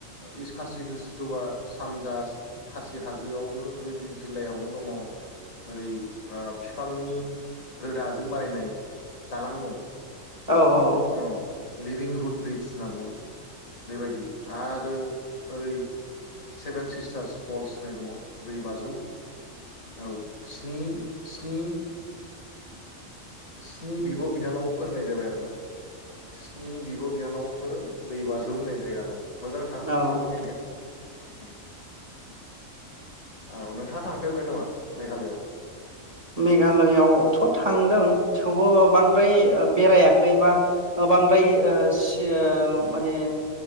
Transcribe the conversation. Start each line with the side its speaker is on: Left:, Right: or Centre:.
Left: इस खासि हिल्स सिथबा सानजा खासि हाजोआवनो बे जिल्लायावनो दङ ओरै बिफांनि रोदाजों बारायनाय दालां दं।
Right: औ औ
Left: औ लिभिं रुड ब्रिज होनना बुङो। बेबायदि आरो आरो ओरै सेभेन सिस्टार्स फल्स होननाय दङ दै बाज्रुम। औ स्नि स्नि स्नि बिब' बिनानाव फोरनाय जाबाय आरो ना? स्नि बिब' बिनानाव बेफोर दै बाज्रुमनाय जायगा दं मोजांथार
Right: औ
Left: बेफोरबो नायनो। आ खोथा थांफैेरबाय नामा? मेघालयआव
Right: मेघालयआव थ' थां थेवबो बांद्राय बेरायाखै बा बांद्राय ओ माने